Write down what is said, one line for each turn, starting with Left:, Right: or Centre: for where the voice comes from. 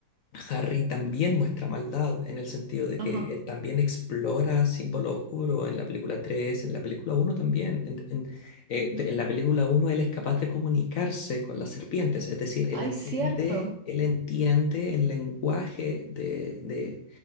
Left: Harry también muestra maldad en el sentido de
Right: Ajá.
Left: que él también explora símbolo oscuro en la película 3 en la película uno también. En, en- eh, de- en la película uno él es capaz de comunicarse con las serpientes, es decir, él
Right: Ay,
Left: entiende,
Right: cierto.
Left: él entiende el lenguaje de, de-